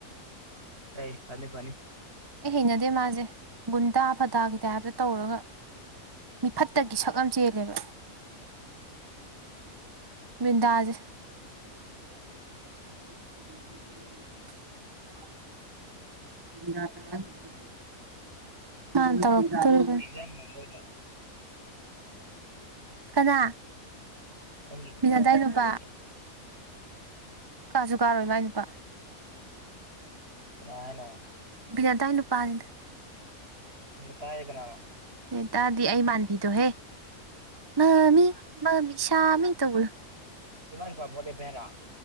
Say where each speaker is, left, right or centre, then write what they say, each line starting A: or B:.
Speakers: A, on the right (about 45°); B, on the right (about 30°).
A: ꯍꯩ ꯐꯅꯤ ꯐꯅꯤ
B: ꯑꯩ ꯍꯩꯅꯗꯦ ꯃꯥꯁꯦ ꯒꯨꯟꯗꯥ ꯐꯗꯥꯒꯤ ꯇꯥꯏꯞꯇ ꯇꯧꯔꯒ ꯃꯤꯐꯠꯇꯒꯤ ꯁꯛ ꯑꯃ ꯆꯦꯜꯂꯦꯕ ꯕ꯭ꯔꯤꯟꯗꯥꯖꯦ ꯁꯅꯤ ꯐꯂ <inaudible> ꯂꯥꯅꯇꯒꯦ <inaudible>
A: ꯑꯣꯏꯣꯏꯗꯣ <inaudible>
B: ꯀꯅꯥ
A: ꯑꯩ ꯌꯦꯡꯁ
B: ꯕꯤꯅꯥꯗꯥꯏ
A: ꯌꯥꯔꯣꯏꯗ꯭ꯔꯣ
B: ꯅꯨꯄꯥ
A: <inaudible>
B: ꯀꯥꯁꯨ ꯀꯥꯔꯣꯏ ꯃꯥꯏ ꯅꯨꯄꯥ
A: ꯀꯅꯥ ꯍꯥꯏꯅꯣ
B: ꯕꯤꯅꯥꯇꯥ ꯅꯨꯄꯥꯅꯤꯗ
A: ꯕꯥꯅꯥꯇꯥ ꯍꯥꯏꯗꯤ ꯀꯅꯥꯅꯣ
B: ꯕꯥꯅꯥꯇꯥꯗꯤ ꯑꯩ ꯃꯥꯟꯕꯤꯗꯣꯍꯦ ꯃꯥꯃꯤ ꯃꯥꯃꯤ ꯁꯥꯃꯤ ꯇꯧꯕꯗꯣ
A: ꯏꯃꯥꯏ ꯅꯨꯄꯥ ꯕꯣꯠ ꯂꯦꯞꯄꯦ ꯍꯥꯏꯔꫭ